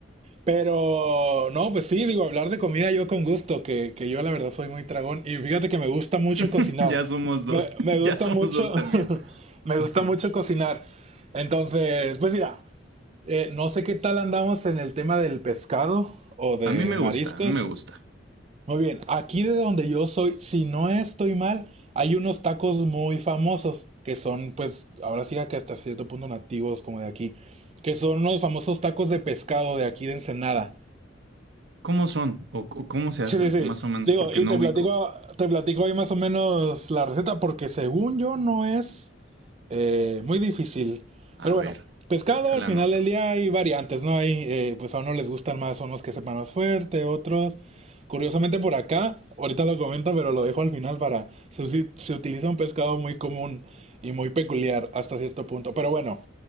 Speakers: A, on the right (about 35°); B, on the right (about 70°).
A: Pero no, pues sí, digo, hablar de comida yo con gusto, que, que yo la verdad soy muy tragón. Y fíjate que me gusta mucho
B: <laughs>
A: cocinar.
B: Ya somos dos.
A: Me,
B: <laughs>
A: me gusta
B: Ya somos
A: mucho,
B: dos también.
A: <laughs> me
B: Ajá.
A: gusta mucho cocinar. Entonces, pues mira, eh, no sé qué tal andamos en el tema del pescado o de
B: A mí me gusta,
A: mariscos.
B: a mí me gusta.
A: Muy bien, aquí de donde yo soy, si no estoy mal, hay unos tacos muy famosos que son, pues, ahora sí que hasta cierto punto nativos como de aquí, que son los famosos tacos de pescado de aquí de Ensenada.
B: ¿Cómo son? ¿O, o cómo se
A: Sí,
B: hacen?
A: sí, sí.
B: Más o menos,
A: Digo,
B: porque
A: y
B: no
A: te
B: ubico.
A: platico, te platico ahí más o menos la receta porque según yo no es eh, muy difícil.
B: A
A: Pero
B: ver,
A: bueno, pescado
B: déjala
A: al final
B: anoto.
A: del día hay variantes, ¿no? Hay, eh, pues a uno les gustan más unos que sepan más fuerte, otros. Curiosamente por acá, ahorita lo comento, pero lo dejo al final para... Se, usi- se utiliza un pescado muy común y muy peculiar hasta cierto punto. Pero bueno,